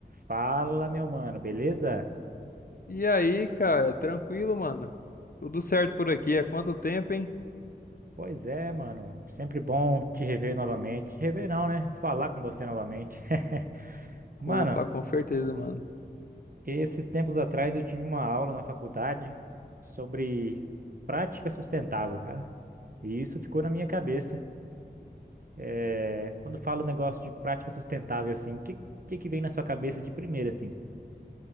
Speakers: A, on the right; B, on the left.
A: Fala, meu mano, beleza?
B: E aí, cara, tranquilo, mano? Tudo certo por aqui? Há quanto tempo, hein?
A: Pois é, mano. Sempre bom te rever novamente. Te rever não, né? Falar com você novamente. <laughs> Mano,
B: Opa, com certeza, mano.
A: esses tempos atrás eu tive uma aula na faculdade sobre prática sustentável, cara. E isso ficou na minha cabeça. É, Quando falo negócio de prática sustentável, assim, o que, que que vem na sua cabeça de primeira, assim?